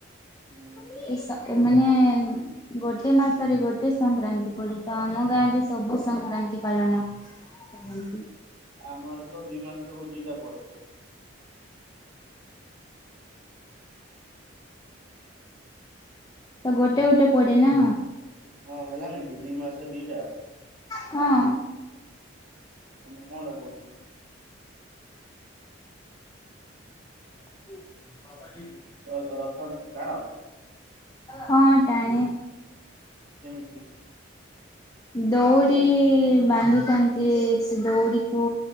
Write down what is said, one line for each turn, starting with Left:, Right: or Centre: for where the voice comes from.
Right: ହୁଁ
Left: ଏଇ ସ ମାନେ ଗୋଟେ ମାସରେ ଗୋଟେ ସଂକ୍ରାନ୍ତି ପଡେ ତ ଆମ ଗାଁରେ ସବୁ ସଂକ୍ରାନ୍ତି ପାଳନ କରନ୍ତି।
Right: ଆମର ତ ଦୁଇ ମାସରେ ଦିଟା ପଡେ।
Left: ତ ଗୋଟେ ଗୋଟେ ପଡେ ନା।
Right: ହଁ ହେଲାନି କି ଦି ମାସରେ ଦିଟା।
Left: ହଁ।
Right: ତ ମୁଁ କଣ ଟା କହୁଛି କି?
Left: <unintelligible>
Right: ର-ରଥ ଟାଣ?
Left: ହଁ ଟାଣେ।
Right: କେମିତି?
Left: ଦଉଡି ବାନ୍ଧିଥାନ୍ତି, ସେ ଦଉଡିକୁ